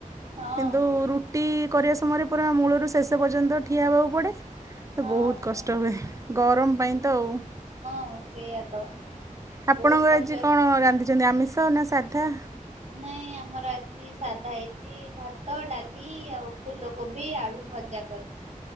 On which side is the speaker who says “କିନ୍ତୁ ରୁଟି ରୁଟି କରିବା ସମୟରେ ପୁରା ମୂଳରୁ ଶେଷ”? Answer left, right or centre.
Right